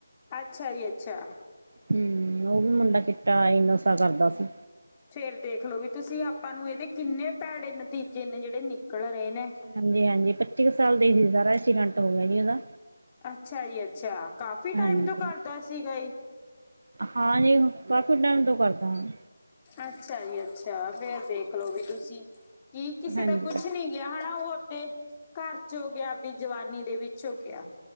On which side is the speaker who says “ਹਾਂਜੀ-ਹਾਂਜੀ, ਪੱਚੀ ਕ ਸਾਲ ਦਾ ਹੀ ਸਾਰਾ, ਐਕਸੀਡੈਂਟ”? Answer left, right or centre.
Right